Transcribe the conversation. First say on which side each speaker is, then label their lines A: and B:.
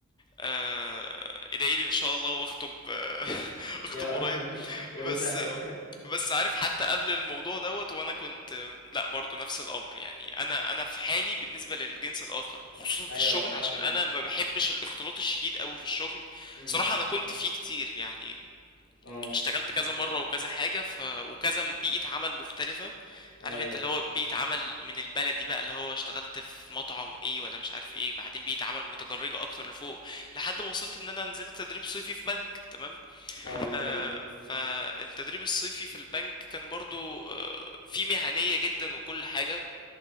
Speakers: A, on the left (about 20°); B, on the left (about 80°).
A: آه، ادعي لي ان شاء الله واخطب <laughs> آه، اخطب
B: يا
A: قريب
B: <laughs> يا مسهل
A: بس بس عارف حتى قبل الموضوع دوت وانا كنت لا برضو نفس الامر يعني انا انا في حالي بالنسبه للجنس الاخر خصوصا
B: <laughs> ايوه
A: في الشغل عشان
B: فاهمه
A: انا ما بحبش الاختلاط الشديد قوي في الشغل
B: امم
A: صراحه انا كنت فيه كتير يعني
B: اه
A: اشتغلت كذا مرة وكذا حاجة ف... وكذا بيئة عمل مختلفة
B: ايوه
A: عارف انت اللي هو بيئة عمل من البلدي بقى اللي هو اشتغلت في مطعم وايه ولا مش عارف ايه بعدين بيئة عمل متدرجة اكتر لفوق لحد ما وصلت ان انا نزلت تدريب صيفي في بنك تمام
B: اه اوكي
A: آه فالتدريب الصيفي في البنك كان برضو آه فيه مهنية جدا وكل حاجة